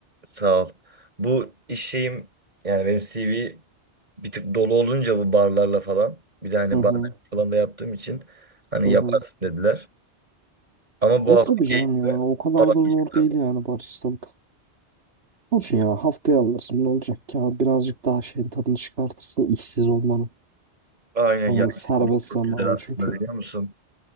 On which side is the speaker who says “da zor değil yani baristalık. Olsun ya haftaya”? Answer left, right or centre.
Right